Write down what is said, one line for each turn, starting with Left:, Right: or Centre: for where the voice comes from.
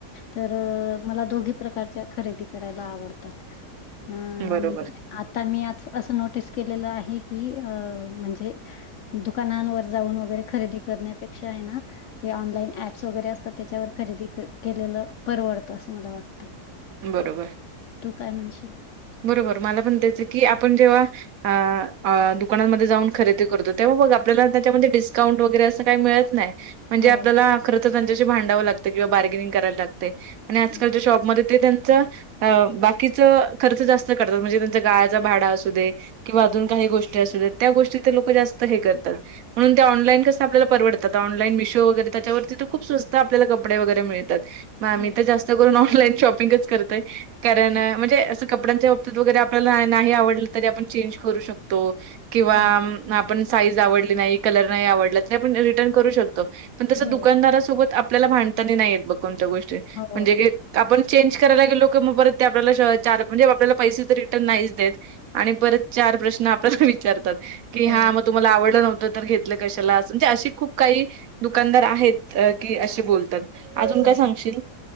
Left: तर मला दोघी प्रकारच्या खरेदी करायला आवडतात. अ
Right: बरोबर
Left: आणि आता मी आ असं नोटीस केलेलं आहे की अ म्हणजे. दुकानांवर जाऊन वगैरे खरेदी करण्यापेक्षा आहे ना. ते ऑनलाईन ऍप्स वगैरे असतात त्याच्यावर खरेदी क केलेलं परवडतं असं मला वाटतं.
Right: बरोबर.
Left: तू काय म्हणशील?
Right: बरोबर मला पण तेच की आपण जेव्हा आ दुकानांमध्ये जाऊन खरेदी करतो तेव्हा बघ आपल्याला त्याच्यामध्ये डिस्काउंट वगैरे असं काय मिळत नाही. म्हणजे
Left: हो
Right: आपल्याला खर तर त्यांच्याशी भांडावं लागतं किंवा बार्गेनिंग कराय लागते आणि आजकालच्या
Left: हो
Right: शॉपमध्ये ते त्यांच अ बाकीच खर्च जास्त करतात म्हणजे त्यांच्या गाळाचा भाडा असू दे किंवा अजून काही गोष्टी अस त्या गोष्टी ते लोक जास्त हे करतात. म्हणून ते ऑनलाई कसं आपल्याला परवडतात ऑनलाईन मिशो वगैरे त्याच्यावरती ते खूप स्वस्त स्त आपल्याला कपडे वगैरे मिळतात मग आम्ही
Left: हो
Right: तर जास्त करून ऑनलाईन शॉपिंगच करतोय. कारण
Left: हं.
Right: म्हणजे असं कपड्यांच्या बाबतीत वगैरे आपल्याला नाही आवडलं तरी आपण चेंज करू शकतो. किंवा
Left: हो
Right: आपण साईज आवडली नाही कलर नाही आवडला तरी आपण रिटर्न करू शकतो. पण तसं
Left: हो
Right: दुकानदारासोबत आपल्याला भांडताना नाहीेत बघ कोणत्या गोष्टी
Left: हो
Right: म्हणजे घे आपण चेंज करायला गेलो क मग परत ते आपल्याला चार म्हणजे आपल्याला पैसे तर रिटर्न नाहीच देत. आणि परत चार प्रश्न आपल्यास विचारतात की
Left: हो
Right: हा मग तुम्हाला आवडलं नव्हतं तर घेत ल कशाला म्हणजे अशी खूप काही दुकानदार आहेत की असे बोलतात. अजून
Left: हो
Right: काय सांगशील?